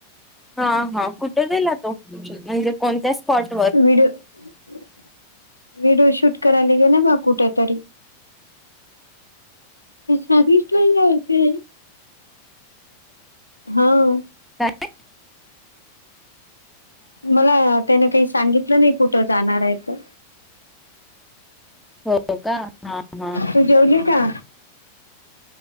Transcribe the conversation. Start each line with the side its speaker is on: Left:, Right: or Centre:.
Centre: हा हा कुठे गेला तो, म्हणजे कोणत्या स्पॉट वर?
Left: व्हिडिओ <inaudible> व्हिडिओ शूट करायला गेलं बा कुठे तरी. ती साडीच नाही घालते. हाव.
Centre: काय?
Left: मला त्याने काही सांगितलं नाही, कुठं जाणार आहे तर.
Centre: हो का हां हां.
Left: तू जेवली का?